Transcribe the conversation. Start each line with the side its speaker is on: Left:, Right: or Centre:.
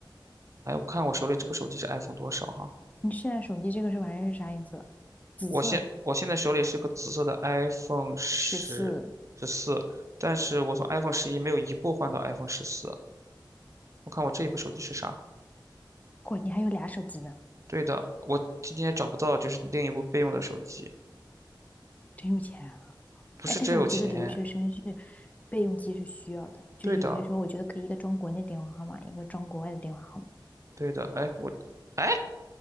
Right: 哎，我看我手里这部手机是 iPhone 多少哈、
Left: 你现在手机这个是玩意是啥颜色？紫色，
Right: 我现我现在手里是个紫色的 iPhone 十十四，
Left: 十四。
Right: 但是我从 iPhone 十一没有一部换到 iPhone 十四。我看我这一部手机是啥？
Left: 哇，你还有俩手机呢，
Right: 对的，我今天找不到，就是另一部备用的手机，
Left: 真有钱啊！
Right: 不是真有钱。
Left: 哎，但是我觉得留学生是备用机是需要的，就是有些时候我觉得可以一个装国内电话号码，
Right: 对的，
Left: 一个装国外的电话号码。
Right: 对的。哎，我，哎，